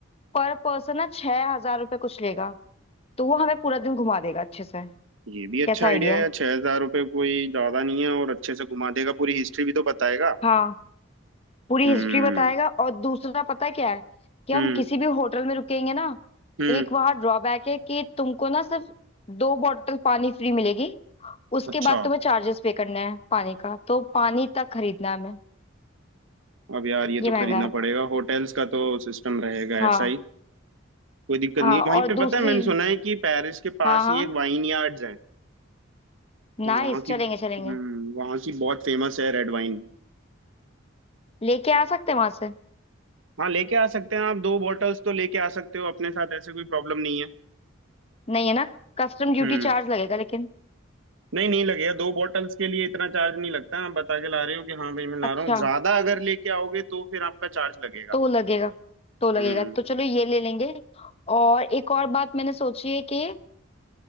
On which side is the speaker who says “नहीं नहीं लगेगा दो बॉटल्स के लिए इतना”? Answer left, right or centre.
Right